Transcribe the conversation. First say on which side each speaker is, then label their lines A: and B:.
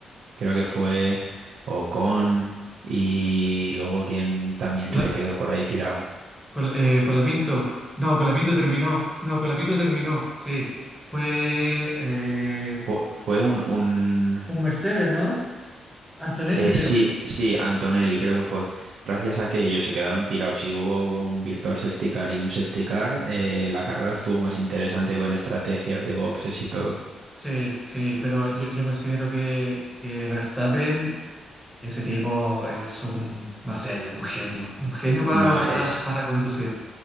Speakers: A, on the right; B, in the centre.
A: creo que fue Ocon y luego quien también
B: Con
A: se
B: la,
A: quedó por ahí tirado.
B: con la- eh, con la Pinto. No, con la Pinto terminó. No, con la Pinto terminó. Sí. Fue eh,
A: Fue, fue un, un
B: un Mercedes, ¿no? Antonelli,
A: eh,
B: creo.
A: sí, sí, Antonelli creo que fue. Gracias a que ellos se quedaron tirados y hubo un virtual safety car y un safety car, eh, la carrera estuvo más interesante con estrategias de boxes y todo.
B: Sí, sí, pero yo, yo considero que, que Verstappen, ese tipo es un, no sé, un genio. Un genio pa-
A: No es,
B: para, para conducir.